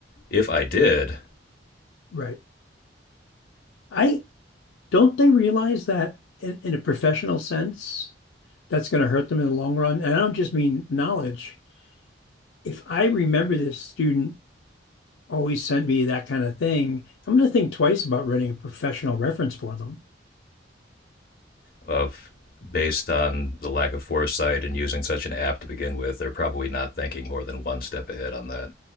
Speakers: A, on the left; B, on the left.
A: if I did,
B: Right. I don't they realize that in, in a professional sense, that's going to hurt them in the long run. And I don't just mean knowledge. If I remember this student always sent me that kind of thing, I'm going to think twice about writing a professional reference for them.
A: of based on the lack of foresight and using such an app to begin with, they're probably not thinking more than one step ahead on that.